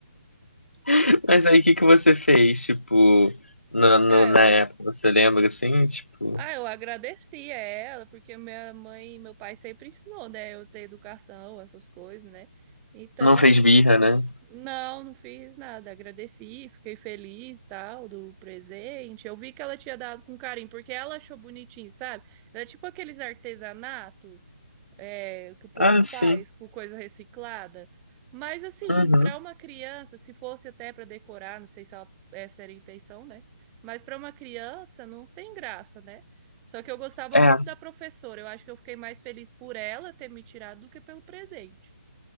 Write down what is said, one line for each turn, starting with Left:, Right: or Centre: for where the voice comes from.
Left: <laughs> Mas aí, o que que você fez, tipo, no, no-
Right: Ah,
Left: na
Right: eu,
Left: época? Você lembra assim? Tipo,
Right: ah, eu agradeci a ela, porque minha mãe e meu pai sempre ensinou, né? Eu ter educação, essas coisas, né? Então,
Left: não fez birra, né?
Right: Não, não fiz nada. Agradeci, fiquei feliz, tal, do presente. Eu vi que ela tinha dado com carinho, porque ela achou bonitinho, sabe? Era tipo aqueles artesanato, é, que o povo
Left: Ah,
Right: faz
Left: sim.
Right: com coisa reciclada. Mas assim,
Left: Uhum.
Right: para uma criança, se fosse até para decorar, não sei se ela- essa era a intenção, né? Mas para uma criança não tem graça, né? Só que eu gostava
Left: É,
Right: muito da professora. Eu acho que eu fiquei mais feliz por ela ter me tirado do que pelo presente.